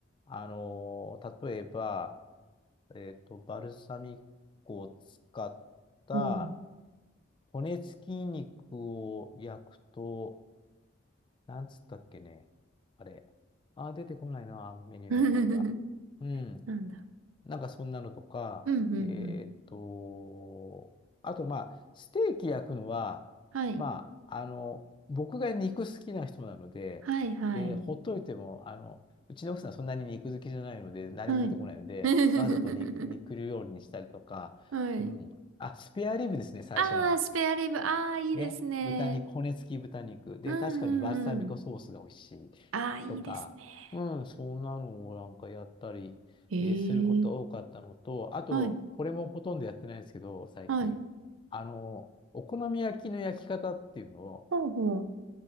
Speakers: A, on the left; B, on the right.
A: あのー例えば、えっと、バルサミコを使った
B: おお。
A: 骨付き肉を焼くと、なんつったっけね。あれ。あー、出てこないな、メニューの名前が。
B: <laughs>
A: うん。
B: なんだ
A: なんかそんなのとか、
B: ろう。うんうんうん。
A: えーっと、あとまあ、ステーキ焼くのは、
B: はい。
A: まあ、あの、僕が肉好きな人なので、
B: はいはい。
A: で、ほっといても、あの、うちの奥さんそんなに肉好きじゃないので、何も出てこないので、
B: はい。<laughs>
A: わざと肉、肉料理にしたりとか、
B: はい。
A: うん。あ、スペアリブですね、最初のは。
B: ああ、スペアリブ。ああ、いいですね。
A: ね。豚肉、骨付き豚肉。で、
B: うんうんうん。
A: 確かにバルサミコソースが美味しい。
B: ああ、いいですね。
A: とか、うん、そんなのをなんかやったり、
B: ええ。
A: えーすることが多かったのと、あと、
B: はい。
A: これもほとんどやってないですけど、最近。
B: はい。
A: あの、お好み焼きの焼き方っていうのを、
B: ほうほう。